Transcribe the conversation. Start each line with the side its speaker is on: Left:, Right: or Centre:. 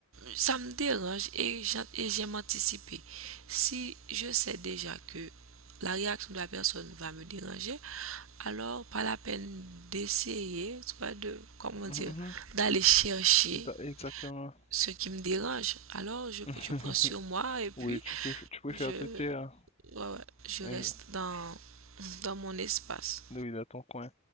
Right: ça me dérange et j'en- et j'aime anticiper. Si je sais déjà que la réaction de la personne va me déranger, alors pas la peine d'essayer, tu vois, de, comment
Left: mhm,
Right: dire, d'aller chercher
Left: mhm, da- Exactement.
Right: ce qui me dérange. Alors je,
Left: <laughs>
Right: je prends sur moi et puis
Left: Oui, tu préfères, tu préfères
Right: je,
Left: te taire.
Right: ouais, ouais, je
Left: hein,
Right: reste dans, dans mon espace.
Left: Oui, de ton coin.